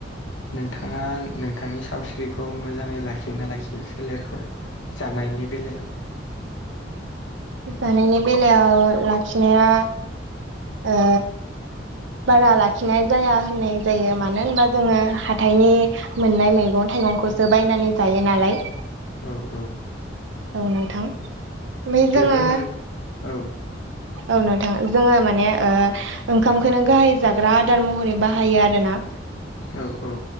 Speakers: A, on the left (about 90°); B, on the right (about 80°).
A: नोंथाङा नोंथांनि सावस्रिखौ मोजाङै लाखि ना लाखियो सोलेरखौ? जानायनि बेलायाव?
B: जानायनि बेलायाव लाखिनाया ओ बारा लाखिनाय जाया होननाय जायो मानो होनबा जोङो हाथायनि मोननाय मैगं थाइगंखौसो बायनानै जायो नालाय
A: औ औ
B: औ नोंथां ओमफ्राय
A: बेबो
B: जोङो
A: नों औ
B: औ नोंथां जोङो माने ओंखामखौनो गाहाय जाग्रा आदार महरै बाहायो आरो ना।
A: औ औ।